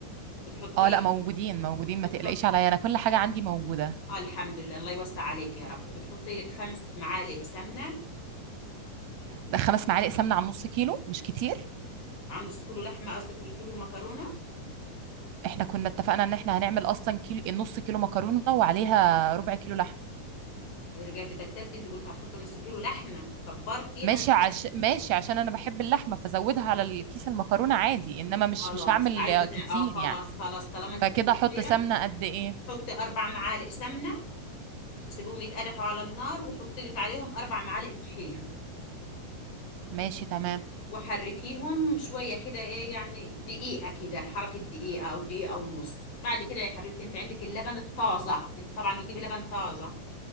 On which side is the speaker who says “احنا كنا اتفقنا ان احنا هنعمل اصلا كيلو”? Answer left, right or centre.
Right